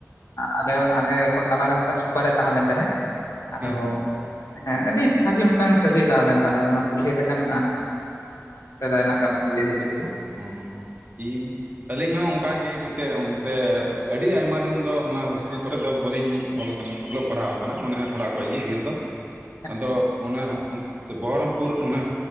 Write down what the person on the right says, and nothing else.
ᱦᱮᱸ
ᱚ ᱤᱧ ᱟᱹᱞᱤᱧ ᱦᱚᱸ ᱚᱱᱠᱟᱜᱮ ᱢᱤᱫᱴᱮᱡ ᱚᱱᱛᱮ ᱟᱹᱰᱤ ᱟᱭᱢᱟ ᱫᱤᱱ ᱫᱚ ᱚᱱᱟ ᱦᱳᱥᱴᱮᱞ ᱠᱚᱨᱮ ᱫᱚ ᱵᱟᱹᱞᱤᱧ ᱚᱞ ᱟᱠᱟᱜ ᱚᱞᱚᱜ ᱯᱟᱲᱦᱟᱣ ᱟᱠᱟᱱᱟ ᱢᱟᱱᱮ ᱚᱲᱟᱜ ᱠᱷᱚᱡ ᱜᱮ ᱰᱷᱮᱨ ᱫᱚ
ᱟᱫᱚ ᱚᱱᱟ ᱚᱱ ᱵᱚᱦᱚᱨᱚᱢᱯᱩᱨ ᱚᱱᱟ